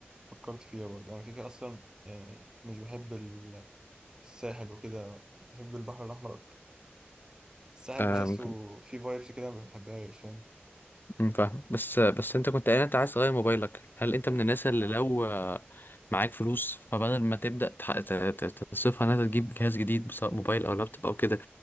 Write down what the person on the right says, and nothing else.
فكرت فيها برضه انا كده كده اصلا يعني مش بحب ال- الساحل وكده بحب البحر الاحمر اكتر الساحل
بحسه فيه فايبس كده ما بحبهاش
فاهم